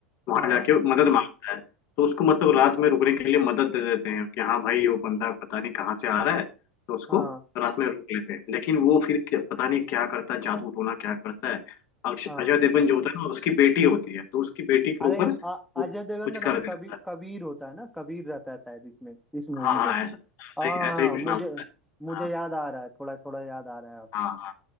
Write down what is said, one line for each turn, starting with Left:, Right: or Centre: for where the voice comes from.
Left: वहां
Centre: हाँ
Left: जाके मदद मांगता है तो उसको मतलब रात में रुकने के लिए मदद दे देते हैं कि हाँ भाई वो बंदा पता नहीं कहाँ से आ रहा है तो उसको
Centre: हाँ
Left: रात में रोक लेते हैं लेकिन वो फिर क्या- पता नहीं क्या करता है जादू टोना क्या करता है अक्ष-
Centre: हाँ
Left: अजय देवगन जो होता है ना उसकी बेटी होती है तो उसकी बेटी के
Centre: अरे
Left: ऊपर
Centre: आ-
Left: वो
Centre: अजय देवगन
Left: कुछ
Centre: का नाम
Left: कर देता
Centre: कबीर
Left: है
Centre: कबीर होता है ना कबीर रहता है शायद इसमें इस मूवी
Left: हाँ हाँ
Centre: में
Left: ऐसा ऐसा
Centre: हाँ
Left: ही ऐसा ही कुछ
Centre: मुझे
Left: नाम होता है
Centre: मुझे
Left: हाँ
Centre: याद आ रहा है थोड़ा थोड़ा याद आ रहा है अब
Left: हाँ हाँ।